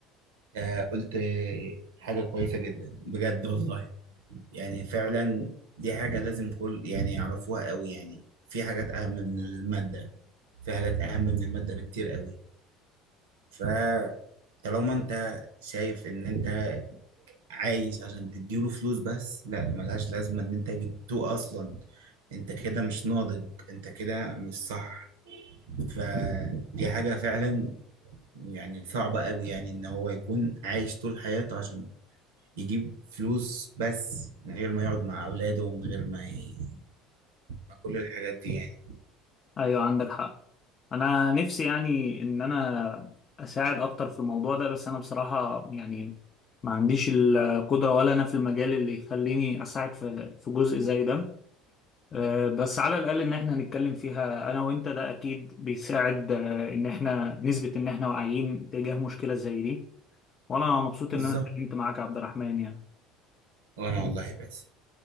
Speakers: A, on the right; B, on the left.
A: آه، قلت حاجة كويسة جدا بجد والله يعني فعلا دي حاجة لازم كل يعني يعرفوها قوي يعني في حاجات أهم من المادة في حاجات أهم من المادة بكتير قوي فطالما أنت شايف إن أنت عايش عشان تديله فلوس بس لا ملهاش لازمة إن أنت جبتوه أصلا أنت كده مش ناضج أنت كده مش صح فدي حاجة فعلا يعني صعبة قوي يعني إن هو يكون عايش طول حياته عشان يجيب فلوس بس من غير ما يقعد مع أولاده ومن غير ما ي... مع كل الحاجات دي يعني
B: ايوه عندك حق انا نفسي يعني ان انا اساعد اكتر في الموضوع ده بس انا بصراحة يعني ما عنديش القدرة ولا انا في المجال اللي يخليني اساعد في في جزء زي ده أه، بس على الاقل ان احنا نتكلم فيها انا وانت ده اكيد بيساعد أه، ان احنا نثبت ان احنا واعيين تجاه مشكلة زي دي وانا مبسوط
A: بالظبط
B: ان انا اتكلمت معاك يا عبد الرحمن يعني
A: وأنا والله بس